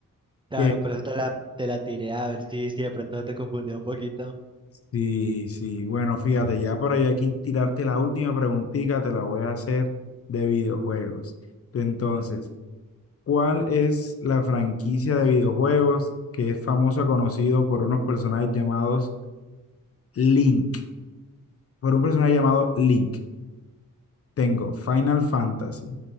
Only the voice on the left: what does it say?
Que
sí, sí, bueno, fíjate, ya por ahí aquí tirarte la última preguntita, te la voy a hacer de videojuegos. Entonces, ¿cuál es la franquicia de videojuegos que es famosa, conocido por unos personajes llamados Link? por un personaje llamado Link. Tengo Final Fantasy,